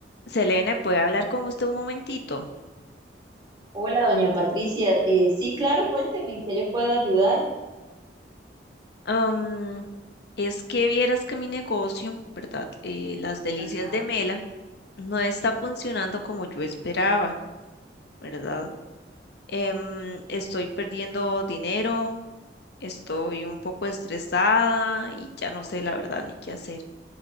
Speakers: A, on the left; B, on the right.
A: Selene, ¿puede hablar con usted un momentito?
B: Hola, doña Patricia. Eh, sí, claro, cuénteme, ¿en qué le puedo ayudar?
A: Am, es que vieras que mi negocio, ¿verdad? Eh, Las Delicias
B: Ajá.
A: de Mela no está funcionando como yo esperaba, ¿verdad? Em, estoy perdiendo dinero, estoy un poco estresada y ya no sé la verdad ni qué hacer.